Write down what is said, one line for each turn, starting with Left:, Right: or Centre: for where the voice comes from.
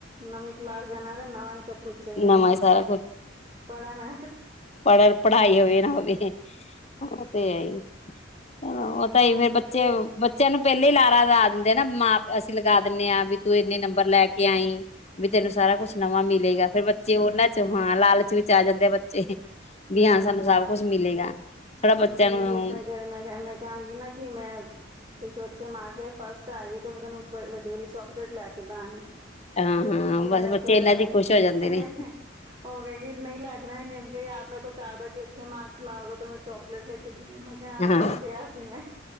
Right: ਨਵੀਂ ਕਲਾਸ ਜਾਣਾ ਤੇ ਨਵਾਂ ਹੀ ਸਭ ਕੁਛ ਚਾਹੀਦਾ
Left: ਨਵਾਂ ਹੀ ਸਾਰਾ
Right: ਪੜ੍ਹ ਨਾ
Left: ਪੜਨ ਪੜ੍ਹਾਈ ਹੋਵੇ ਨਾ ਹੋਵੇ ਉਹ ਤੇ ਹੈ ਈ। ੳ ਔਹ ਤਾਂ ਇਵੇਂ ਬੱਚੇ, ਬੱਚੇਯਾ ਨੂੰ ਪਹਿਲੇ ਈ ਲਾਰਾ ਲਾ ਦਿੰਦੇ ਆ, ਨਾ ਮਾਂ, ਅਸੀਂ ਲਗਾ ਦਿੰਦੇ ਆਂ ਵੀ ਤੂੰ ਇੰਨੇ ਨੰਬਰ ਲੈ ਕੇ ਆਈ ਵੀ ਤੈਨੂੰ ਸਾਰਾ ਕੁਛ ਨਵਾਂ ਮਿਲੇਗਾ। ਫੇਰ ਬੱਚੇ ਉਹਨਾਂ ਚ ਹਾਂ ਲਾਲਚ ਵਿੱਚ ਆ ਜਾਂਦੇ ਆ ਬੱਚੇ। ਵੀ
Right: ਹੂੰ
Left: ਹਾਂ ਸਾਨੂੰ ਸਭ ਕੁਛ ਮਿਲੇਗਾ ਥੋੜਾ ਬੱਚਿਆਂ
Right: ਨਈ
Left: ਨੂੰ
Right: ਏਦਾਂ ਹੀ ਮੈਂ ਮੈਂ ਕਾਂ ਗੀ ਨਾ। ਕੀ ਮੈਂ ਤੂੰ ਅੱਛੇ ਮਾਰਕਸ ਵਿੱਚ ਫਸਟ ਆਈ ਤੇ ਮੈਂ ਤੈਨੂੰ ਵੱਡੀ ਵੱਡੀ ਚੋਕਲੇਟ ਲੈ ਕੇ ਦਾਂਗੀ।
Left: ਹਾਂ ਹਾਂ
Right: ਮੈ
Left: ਬਸ ਬੱਚੇ
Right: ਫੇਰ
Left: ਇਹਨਾਂ
Right: ੲ
Left: ਚ
Right: ਹ
Left: ਖੁਸ਼ ਹੋ ਜਾਂਦੇ ਨੇ
Right: ਹ। ਹੋ ਗਈ ਨਹੀਂ ਲੈ ਕੇ ਦੇਣਗੇ ਆਪ। ਆਪਨੇ ਤੋਂ ਕਹਾ ਥਾ ਕਿ ਅੱਛੇ ਮਾਕਸ ਲਾੳਗੇ ਤੇ ਮੈਂ ਚੋਕਲੇਟ ਲੇ ਕੇ ਦੂੰਗੀ ਮੈਂ। ਕਿਹਾ
Left: ਹਾਂ
Right: ਤੈਨੂੰ ਕਿਹਾ ਸੀ ਮੈਂ